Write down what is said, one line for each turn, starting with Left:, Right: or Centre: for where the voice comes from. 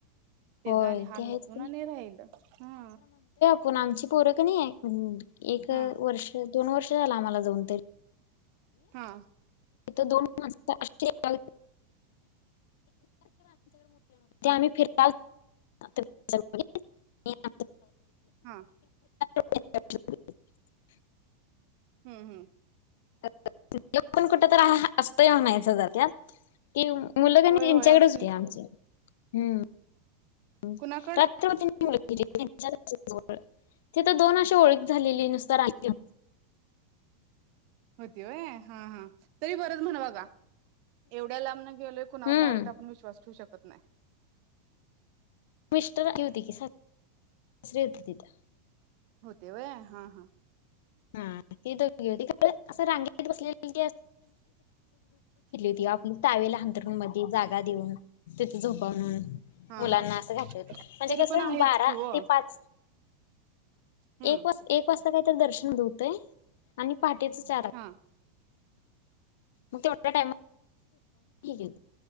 Right: ते
Left: होय
Right: जाणी हाल
Left: ते आहेच
Right: नको
Left: की
Right: नी राहिलं हा.
Left: कोण आमची पोर कनी अअ एक
Right: हा
Left: वर्ष दोन वर्ष झालं आम्हाला जाऊन तरी
Right: हा
Left: थ दोनण आमच्याकडेठ्ह आम्ही फिर <unintelligible> च <unintelligible>
Right: हा
Left: <unintelligible>
Right: हम्म हम्म.
Left: <unintelligible> पण कुठ तर असतोय म्हणायचं. ज त्यात कि मुलं आणि
Right: होय
Left: त्यांच्याकडेच
Right: होय असतोयच
Left: होते
Right: की
Left: आमच हम्म. अ
Right: कुणाकड
Left: रात त <unintelligible> ते तर दोन अशे ओळख झालेली नुसतं <unintelligible>
Right: होती होय हां हां. तरी बरंच म्हण दादा एवढ्या लांब न गेलोय कुणावर
Left: हम्म.
Right: डायरेक्ट आपण विश्वास ठेवू शक कत नाही.
Left: मिस्टर आले <unintelligible> सासरे होते तिथं.
Right: होते होय हां हां.
Left: हां ती दोघे होते <unintelligible> असं रांगेत बसलेले <inaudible> टावेल हंतरुण मधी जागा देऊन तिथं झोपा म्हणून
Right: हा
Left: मुलांना
Right: हा
Left: असं घातलं होतं म्हणजे
Right: तरी
Left: कसं
Right: पण आहेच
Left: बारा
Right: कि ओ
Left: ते पाच
Right: हम्म
Left: एक वाज एक वाजता काही <unintelligible> बंद हुतंय आणि पहाटेचं <inaudible> <inaudible>
Right: हा
Left: म तेवढ्या <unintelligible> <inaudible>